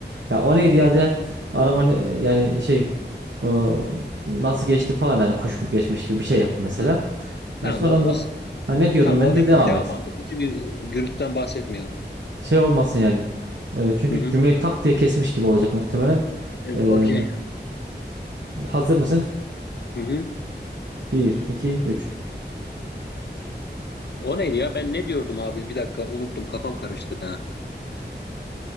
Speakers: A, on the right (about 85°); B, on the left (about 65°).
A: Ya o neydi
B: okey.
A: ya de araba ne- yani şey o, nasıl geçti falan yani kuş mu geçmiş gibi bir şey yap mesela.
B: Tamam
A: E, sonra
B: o,
A: da-
B: o
A: ha, ne diyordum
B: tamam
A: ben
B: o neydi
A: de devam
B: devam
A: et.
B: mantıklı çünkü gürültüden bahsetmeyelim.
A: Şey olmasın yani. E, çünkü
B: Hı hı.
A: cümleyi tak diye kesmiş gibi olacak muhtemelen.
B: Evet,
A: E,
B: okey.
A: hazır mısın?
B: Hı hı.
A: Bir, iki, üç.
B: O neydi ya? Ben ne diyordum abi? Bir dakika unuttum. Kafam karıştı. Ha.